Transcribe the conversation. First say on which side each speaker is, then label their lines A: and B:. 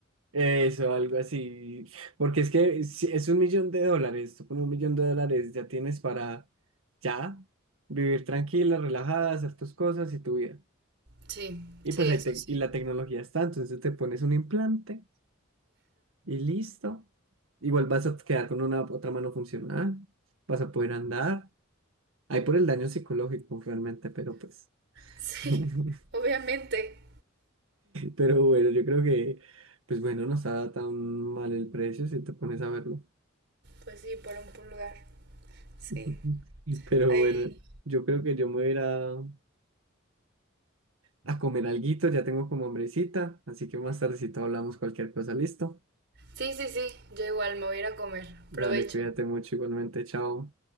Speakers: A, on the right; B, on the right.
A: Eso, algo así. Porque es que si es un millón de dólares, tú con un millón de dólares ya tienes para ya vivir tranquila, relajada, hacer tus cosas y tu vida.
B: Sí,
A: Y
B: sí,
A: pues
B: eso
A: ahí te-
B: sí.
A: y la
B: <laughs>
A: tecnología está, entonces te pones un implante y listo. Igual vas a quedar con una otra mano funcional, vas a poder andar. Ahí por el daño psicológico realmente, pero pues.
B: Sí,
A: <laughs>
B: obviamente.
A: Pero bueno, yo creo que, pues bueno, no está tan mal el precio si te pones a verlo.
B: Pues sí, por un pulgar. Sí.
A: <laughs> Pero
B: Ahí.
A: bueno, yo creo que yo me voy a ir a, a comer alguito, ya tengo como hambrecita, así que más tardecito hablamos cualquier cosa, ¿listo?
B: Sí, sí, sí. Yo igual me voy a ir a comer. Provecho.
A: Dale, cuídate mucho igualmente, chao.